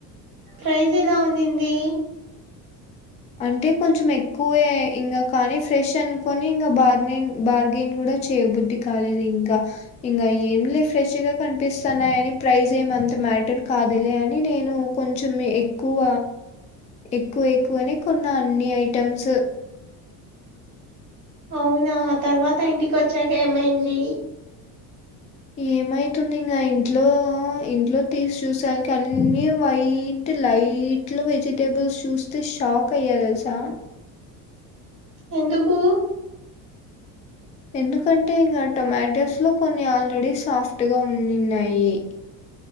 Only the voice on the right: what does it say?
ప్రైజ్ ఎలా ఉందింది
అవునా తర్వాత ఇంటికి వచ్చాక ఏమైంది
ఎందుకు